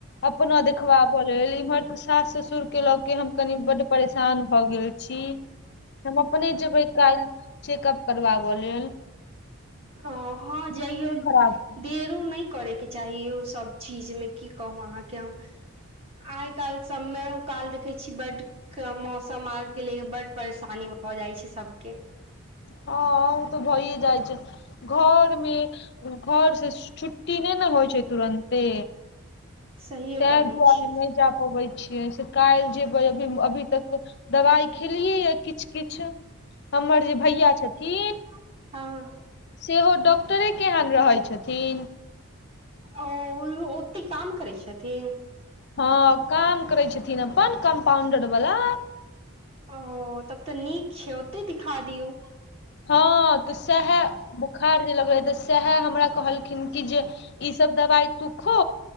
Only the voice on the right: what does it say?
ओ हँ जइ
फरो नहि करयके चाही ओ सभ चीज मे की कहू अहाँके हम आइ काल्हि समेओ काल देखै छीयै बड मौसम आर के लिये बड परेशानी भ जाइ छै सबके
सहिए
कहै
छी
हँ
ओ ओत्ते काम करै छथिन
ओ तब त नीक छै ओते दिखा दियौ